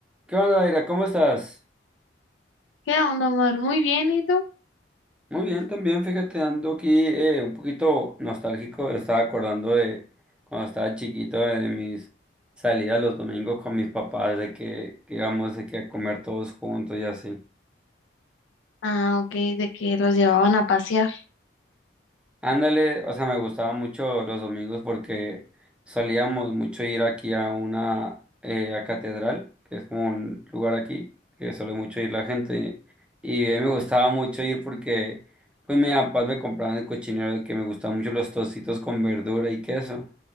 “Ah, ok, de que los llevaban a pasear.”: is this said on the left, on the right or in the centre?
Left